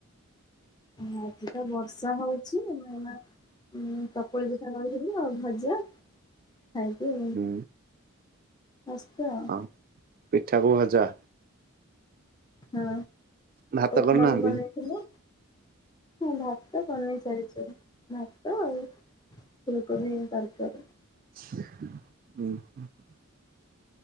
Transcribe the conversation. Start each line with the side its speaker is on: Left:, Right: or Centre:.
Left: ହଁ ଆଜି ତ ବର୍ଷା ହୋଉ ଛି ଆମେ ଏଇନା ଉଁ ଚକୁଳି ପିଠା କରିଥିଲି ଆଉ ଭଜା। ଖାଇକି
Right: ହୁଁ
Left: ବେସ୍ତ ଆଉ।
Right: ହଁ ପିଠାକୁ ଭଜା?
Left: ହଁ
Right: ଭାତ
Left: ଉପମା
Right: କରିନାହାନ୍ତି
Left: ବି ବନେଇଥିଲି। ହଁ ଭାତ ବନେଇ ସାରିଛି। ଭାତ ଆଉ ଫୁଲକୋବି ତରକାରୀ।
Right: ଓହୋ।